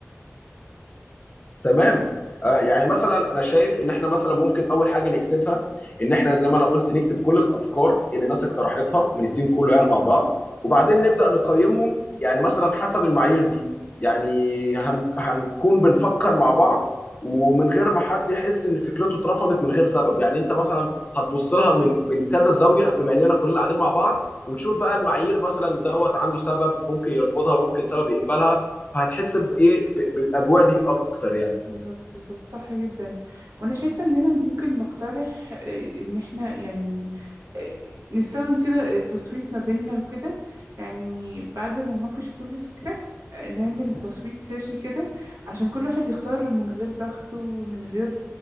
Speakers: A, on the left; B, on the right.
A: تمام آه يعني مثلا انا شايف ان احنا مثلا ممكن اول حاجه نكتبها ان احنا زي ما انا قلت نكتب كل الافكار اللي الناس اقترحتها من التيم كله يعني مع بعض وبعدين
B: أيوه
A: نبدا نقيمهم يعني مثلا حسب المعايير دي يعني هن هنكون بنفكر مع بعض ومن
B: آه.
A: غير ما حد يحس ان فكرته اترفضت من غير سبب يعني انت مثلا هتبص لها من من كذا زاويه بما اننا كلنا قاعدين مع بعض وتشوف بقى المعايير مثلا دوت عنده سبب ممكن يرفضها ممكن سبب يقبلها فهتحس بايه ب- بالاجواء دي اكتر
B: بالظبط
A: يعني
B: بالظبط بالظبط، صح جدا وانا شايفة اننا ممكن نقترح آه، ان احنا يعني آه، نستخدم كده التصويت ما بيننا وكده يعني بعد ما نناقش كل فكرة آه، نعمل تصويت سري كده عشان كل واحد يختار من غير ضغط ومن غير